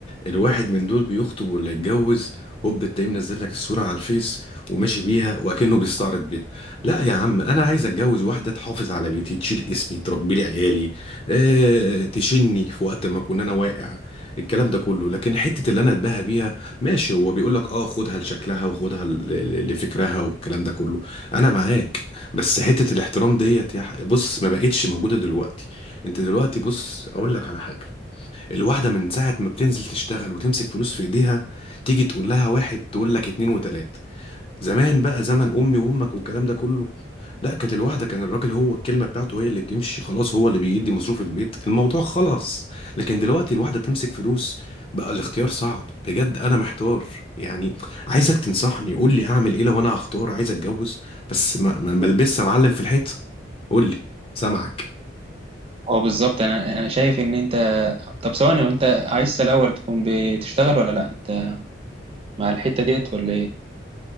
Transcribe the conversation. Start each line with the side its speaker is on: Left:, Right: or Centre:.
Left: الواحد من دول بيخطب ولا يتجوز هوب التلاقيه منزل لك الصورة على الفيس وماشي بيها وكأنه بيستعرض بيها لا يا عم انا عايز اتجوز واحدة تحافظ على بيتي تشيل اسمي تربي لي عيالي اه تشني في وقت ما اكون انا واقع الكلام ده كله لكن حتة اللي انا اتباهى بيها ماشي هو بيقول لك اه خدها لشكلها وخدها ل- ل- لفكرها والكلام ده كله انا معاك بس حتة الاحترام ديت يا ح- بص ما بقتش موجودة دلوقتي انت دلوقتي بص اقول لك على حاجة الواحدة من ساعة ما بتنزل تشتغل وتمسك فلوس في ايديها تيجي تقول لها واحد تقول لك اتنين وتلاتة زمان بقى زمن امي وامك والكلام ده كله لا كانت الواحده كان الراجل هو الكلمه بتاعته هي اللي بتمشي خلاص هو اللي بيدي مصروف البيت الموضوع خلاص لكن دلوقتي الواحده بتمسك فلوس بقى الاختيار صعب بجد انا محتار يعني عايزك تنصحني قول لي اعمل ايه لو انا هختار عايز اتجوز بس ما ما ما البسش يا معلم في الحيط قول لي سامعك
Right: هو بالظبط انا انا شايف ان انت طب ثواني وانت عايز الاول تكون بتشتغل ولا لا انت مع الحتة ديت ولا ايه